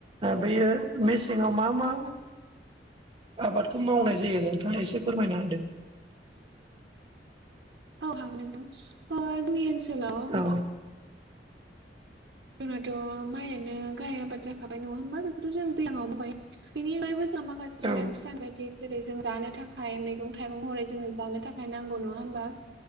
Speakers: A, on the right (about 30°); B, on the right (about 75°).
A: बेयो मेसेङाव मा मा आबादखौ मावनाय जायो नों नोंथा ङा एसे फोरमायना होदों
B: औ हाग नदां जोंनि ओनसोलाव
A: औ
B: जोंनाथ' माइयानो गाहाय आबाद जाखाबाय नङा होमबा बेखौथ' जों दैङआव होनबाय बिनिबो जोंहा माखासे
A: औ
B: गोनांथि सानबाय बिदि जेरै जों जानो थाखाय मैगं थाइगं हरै जोङो जानो थाखाय नांगौ नङा होमबा